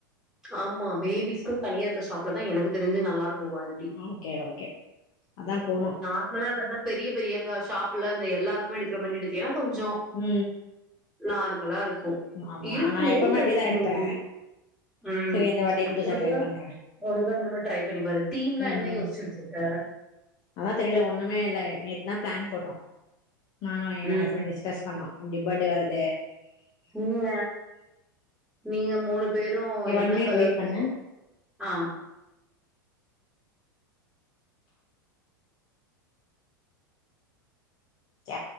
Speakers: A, in the centre; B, on the left.
A: ஆமா பேபிஸ்க்குன் தனியா இருக்க ஷாப்ல தா எனக்கு தெரிஞ்சு நல்லாருக்கூ குவாலி
B: ஓகே ஓகே அதான் போனு
A: நம்மளா வந்து பெரிய பெரிய கா ஷாப்புல இந்த எல்லாருக்குமே எடுக்குற மாரி எடுத்தீங்கனா கொஞ்சோ
B: ம்
A: நார்மலா இருக்கூ
B: ஆமா
A: இருக்கூ
B: நா எப்பவுமே
A: பட்
B: அப்டிதா எடுப்பே
A: ம் ம்
B: சரி இந்த வாட்டி புதுசா ட்ரை பண்றே
A: ஒரு தடவ இந்த மாரி ட்ரை பண்ணி பாரு தீம்லா
B: ம்
A: என்ன யோஸிச்சு வச்சிருக்க
B: அதா தெரியில ஒண்ணுமே இல்ல நேத்து தா பிளான் போட்டோ நானு எ
A: ம்
B: ஹஸ்பண்ட் டிஸ்கஸ் பண்ணோ இப்டி பட்டே வருதே
A: நீங்க நீங்க மூணு பேரு
B: ஏ
A: என்ன
B: ஒன் மினிட்
A: கலர்
B: வெயிட் பண்ணு
A: ஆ
B: சே